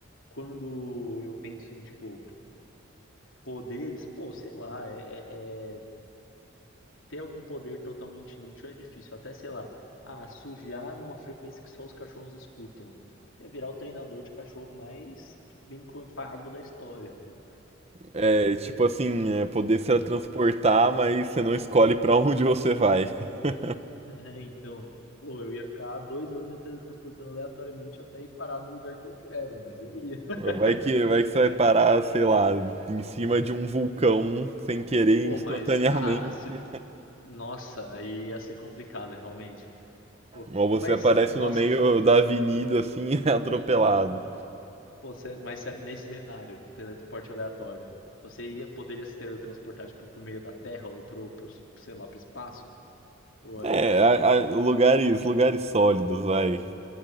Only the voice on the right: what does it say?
É, tipo assim, é poder se transportar, mas você não escolhe para onde você vai. <laughs>
Vai que,
vai que você
vai parar, sei lá, em cima de um vulcão sem querer
instantaneamente.
Ou você
aparece
no meio da avenida assim, <laughs> atropelado.
É,
a- a- lugares, lugares sólidos, vai,